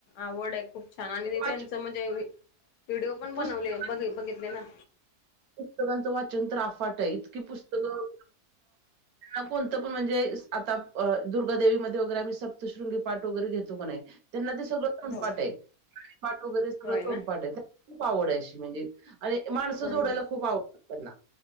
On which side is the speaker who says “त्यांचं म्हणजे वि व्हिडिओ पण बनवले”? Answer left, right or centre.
Left